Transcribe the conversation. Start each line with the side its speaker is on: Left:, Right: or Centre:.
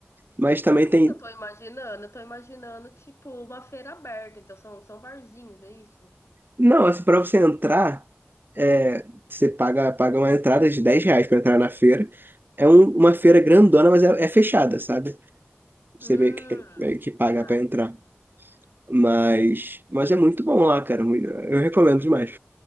Right: mas também
Left: Ah,
Right: tem.
Left: sabe o que eu tô imaginando? Eu tô imaginando, tipo, uma feira aberta. Então são, são barzinhos, é isso?
Right: Não, assim, pra você entrar, é, você paga, paga uma entrada de 10 reais pra entrar na feira. É um- uma feira grandona, mas é, é fechada, sabe? Você
Left: Hum,
Right: meio que, meio que paga
Left: tá.
Right: pra entrar. Mas, mas é muito bom lá, cara. muito- Eu recomendo demais.